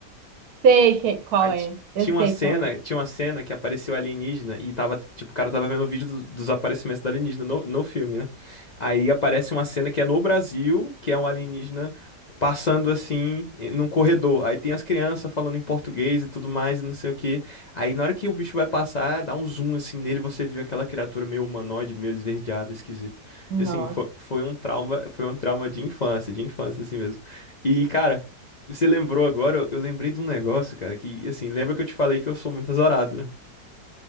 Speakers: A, on the right; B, on the left.
A: Sei que, qual
B: Aí ti-
A: é. Eu
B: tinha
A: sei
B: uma cena,
A: qual é.
B: tinha uma cena que apareceu alienígena e tava, tipo, o cara tava vendo o vídeo do- dos aparecimentos do alienígena no, no filme, né? Aí aparece uma cena que é no Brasil, que é um alienígena passando assim eh, num corredor. Aí tem as crianças falando em português e tudo mais e não sei o quê. Aí na hora que o bicho vai passar, dá um zoom assim nele, você vê aquela criatura meio humanoide, meio esverdeada, esquisita.
A: Nossa.
B: E assim, foi, foi um trauma, foi um trauma de infância, de infância assim mesmo. E cara, você lembrou agora, eu eu lembrei de um negócio, cara, que, assim, lembra que eu te falei que eu sou muito azarado, né?